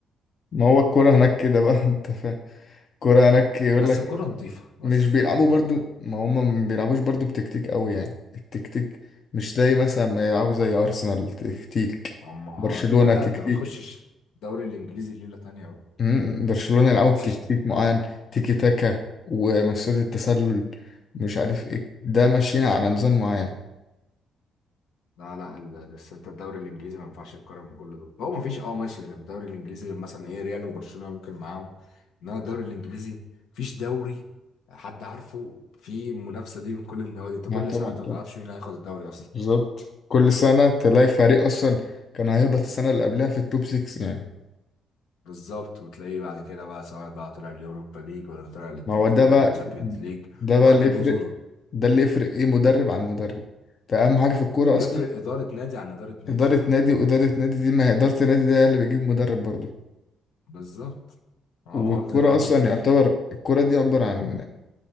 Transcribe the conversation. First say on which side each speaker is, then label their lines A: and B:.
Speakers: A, on the left; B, on the left.
A: ما هو الكوره هناك كده بقى <laughs> انت فاهم كرة هناك يقول
B: بس
A: لك
B: الكرة نظيفة بس
A: مش
B: الكرة
A: بيلعبوا
B: نظيفة
A: برضو
B: بقى
A: ما هم ما بيلعبوش برضو بتكتيك قوي يعني التكتيك مش زي مثلا ما يلعبوا زي أرسنال تكتيك
B: هم
A: برشلونة
B: أنت- لا
A: آه، تكتيك
B: انت ما تخشش الدوري الانجليزي ليلة تانية بقى
A: مم، برشلونة يلعبوا بتكتيك
B: مفيش د-
A: معين تيكي تاكا ومسات التسلل مش عارف ايه ده ماشيين على نظام معين
B: لا لا ال- بس انت الدوري الانجليزي ما ينفعش تقارن من كل دول هو مفيش اه ماشي غير الدوري الانجليزي غير مثلا ايه ريال وبرشلونة ممكن معاهم انما الدوري الانجليزي مفيش دوري حد عارفه في المنافسة دي من كل النوادي انت
A: ما
B: كل
A: طبعا
B: سنة انت ما
A: طبعا
B: تعرفش مين هياخد الدوري اصلا
A: بالظبط كل سنة تلاقي فريق أصلا كان هيهبط السنة اللي قبلها في التوب 6 يعني
B: بالظبط وتلاقيه بعد كده بقى سواء بقى طلع اليوروبا ليج ولا طلع لل-
A: ما هو ده
B: طلع
A: بقى
B: للتشامبيونز ليج
A: ده
B: وخد
A: بقى اللي
B: البطولة
A: يفرق ده اللي يفرق ايه مدرب عن مدرب ده أهم حاجة في الكورة
B: بيفرق
A: أصلا
B: إدارة نادي عن إدارة نادي
A: إدارة نادي وإدارة نادي دي ما هي إدارة النادي ده اللي بيجيب مدرب برضه
B: بالظبط هما
A: والكرة
B: زي ما هي
A: أصلا
B: دي الفكرة
A: يعتبر الكرة دي عبارة عن